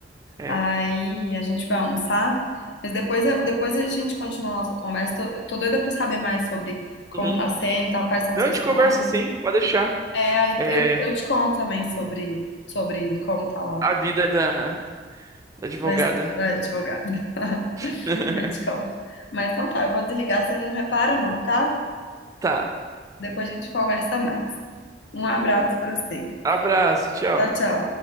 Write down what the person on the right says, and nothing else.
é.
Uhum.
Não,
a gente
conversa sim, pode deixar.
É
a
vida da, da advogada.
<laughs>
Tá.
Abraço, tchau.